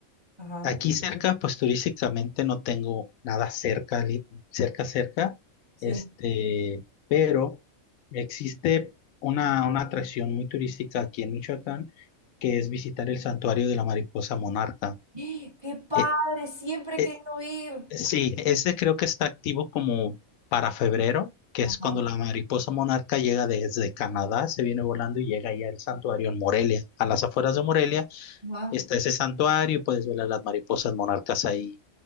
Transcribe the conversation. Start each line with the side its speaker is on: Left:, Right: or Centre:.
Right: ajá,
Left: Aquí cerca, pues turísticamente no tengo nada cerca, li- cerca, cerca,
Right: sí.
Left: este, pero existe una, una atracción muy turística aquí en Michoacán, que es visitar el santuario de la mariposa monarca.
Right: ¡Ah! ¡Qué padre!
Left: Eh,
Right: Siempre he
Left: eh,
Right: querido ir.
Left: sí, ese creo que está activo como para febrero, que
Right: Ajá,
Left: es cuando la mariposa monarca llega desde Canadá, se viene volando y llega ya al santuario en Morelia. A las afueras de Morelia
Right: ajá.
Left: está ese santuario y puedes ver a las mariposas monarcas ahí